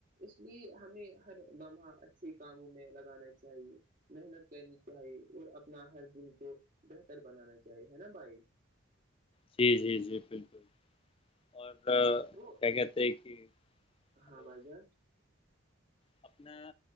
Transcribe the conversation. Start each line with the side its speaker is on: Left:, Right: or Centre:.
Right: اس لیے ہمیں ہر لمحہ کاموں میں لگانا چاہیے محنت کرنی چاہیے اور اپنا ہر دن کو بہتر بنانا چاہیے ہے نا بھائی
Left: جی جی جی بالکل اور
Right: تو
Left: کیا کہتے ہیں کہ
Right: ہاں
Left: ہلو
Right: بھائی جان
Left: اپنے